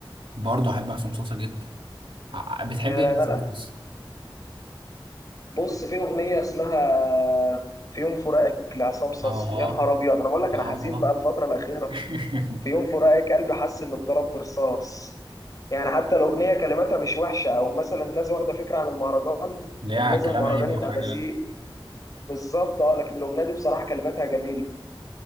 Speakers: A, on the right (about 80°); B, on the left (about 40°).
A: برضه احب عصام صاصا جدا ع- بتحب
B: يعني
A: ايه لعصام
B: انا
A: صاصا
B: بص في اغنية اسمها في يوم فراقك لعصام صاصا
A: اه
B: يا نهار ابيض انا بقول لك انا
A: اه
B: حزين بقى الفترة الأخيرة
A: <laughs>
B: في يوم فراقك قلبي حس انه اتضرب برصاص يعني حتى الاغنيه كلماتها مش وحشه او مثلا الناس واخده فكره عن المهرجان
A: ليه
B: ان لازم
A: كلام
B: المهرجان
A: عيب او
B: يبقى
A: حاجه
B: بذيء
A: لا
B: بالظبط اه لكن الاغنيه دي بصراحه كلماتها جميله